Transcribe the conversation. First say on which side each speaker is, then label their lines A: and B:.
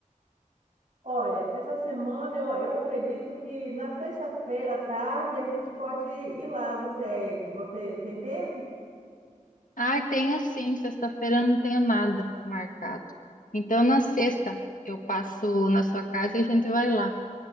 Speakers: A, on the right; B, on the left.
A: Olha, essa semana eu, eu acredito que na sexta-feira à tarde a gente pode ir lá. Você, você tem tempo?
B: Ah, tenho sim, sexta-feira eu não tenho nada marcado. Então, na sexta, eu passo na sua casa e a gente vai lá.